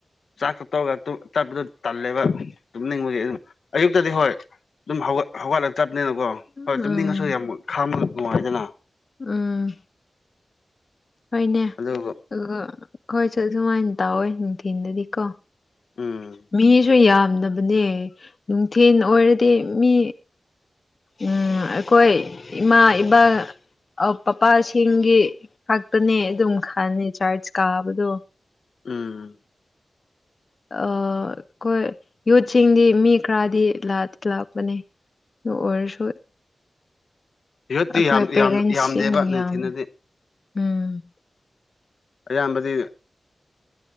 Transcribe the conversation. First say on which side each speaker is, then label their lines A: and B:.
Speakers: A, on the left; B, on the left.
A: ꯆꯥꯛ ꯆꯇꯧꯒ ꯇꯨꯝ ꯆꯠꯄꯗꯣ ꯇꯜꯂꯦꯕ ꯇꯨꯝꯅꯤꯡꯕꯒꯤ ꯑꯗꯨꯝ ꯑꯌꯨꯛꯇꯗꯤ ꯍꯣꯏ ꯑꯗꯨꯝ ꯍꯧꯒꯠ ꯍꯧꯒꯠꯂ ꯆꯠꯄꯅꯤꯅꯀꯣ
B: ꯎꯝ
A: ꯍꯣꯏ ꯇꯨꯝꯅꯤꯡꯉꯁꯨ ꯌꯥꯝ ꯈꯥꯝꯃ ꯅꯨꯡꯉꯥꯏꯗꯅ
B: ꯎꯝ ꯍꯣꯏꯅꯦ
A: ꯑꯗꯨꯒ
B: ꯑꯗꯨꯒ ꯈꯣꯏꯁꯨ ꯁꯨꯃꯥꯏꯟ ꯇꯧꯋꯦ ꯅꯨꯡꯊꯤꯟꯗꯗꯤ ꯀꯣ
A: ꯎꯝ
B: ꯃꯤꯁꯨ ꯌꯥꯝꯗꯕꯅꯦ ꯅꯨꯡꯊꯤꯜ ꯑꯣꯏꯔꯗꯤ ꯃꯤ ꯎꯪ ꯑꯩꯈꯣꯏ ꯏꯃꯥ ꯏꯕ ꯑ ꯄꯄꯥꯁꯤꯡꯒꯤ ꯈꯛꯇꯅꯦ ꯑꯗꯨꯝ ꯈꯟꯅꯤ ꯆꯔꯖ ꯀꯥꯕꯗꯣ
A: ꯎꯝ
B: ꯑ ꯑꯈꯣꯏ ꯌꯨꯠꯁꯤꯡꯗꯤ ꯃꯤ ꯈꯔꯗꯤ ꯂꯥꯛ ꯂꯥꯛꯄꯅꯦ ꯗꯨ ꯑꯣꯏꯔꯁꯨ
A: ꯌꯨꯠꯇꯤ
B: ꯑꯩꯈꯣꯏ
A: ꯌꯥꯝ
B: ꯄꯦꯔꯦꯟꯁꯁꯤꯡꯅ
A: ꯌꯥꯝ ꯌꯥꯝꯗꯦꯕ ꯅꯨꯡꯊꯤꯟꯗꯗꯤ
B: ꯌꯥꯝꯃꯦ ꯎꯝ
A: ꯑꯌꯥꯝꯕꯗꯤ